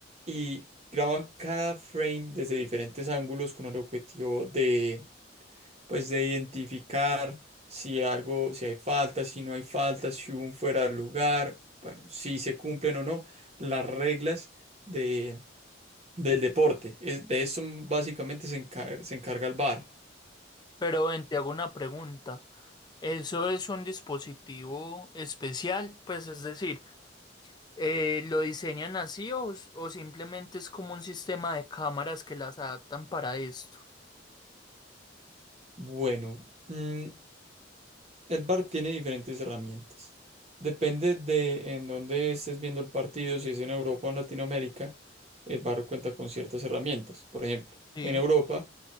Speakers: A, on the right (about 35°); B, on the left (about 25°).
A: y graban cada frame desde diferentes ángulos con el objetivo de, pues, de identificar si algo, si hay falta, si no hay falta, si hubo un fuera de lugar, bueno, si se cumplen o no las reglas de, del deporte. Es- de eso básicamente se encar- se encarga el bar
B: Pero ven, te hago una pregunta. ¿Eso es un dispositivo especial? Pues es decir, Eh, ¿lo diseñan así o, s- o simplemente es como un sistema de cámaras que las adaptan para esto?
A: Bueno, mm, El VAR tiene diferentes herramientas. Depende de en dónde estés viendo el partido, si es en Europa o en Latinoamérica, el VAR cuenta con ciertas herramientas. Por ejemplo,
B: Sí.
A: en Europa